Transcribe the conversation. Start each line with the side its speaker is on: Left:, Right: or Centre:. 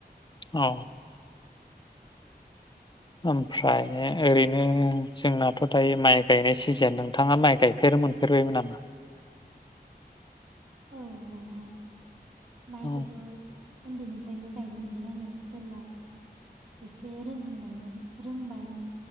Left: औ ओमफ्राय ओरैनो जोंनाथ' दायो माइ गायनाय सिजोन नोंथाङा माइ गायफेरो मोनफेरबायमोन नामा?
Right: औ नोंथां। माइखौथ'
Left: औ
Right: उन्दैनिफ्रायनो गायनो मोनदों आङो जेब्ला एसे रोंहांबायमोन रोंबायमोन